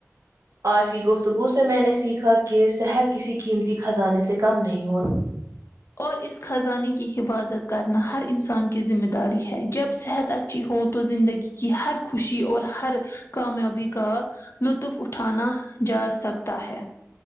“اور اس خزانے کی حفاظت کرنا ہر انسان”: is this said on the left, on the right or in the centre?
Left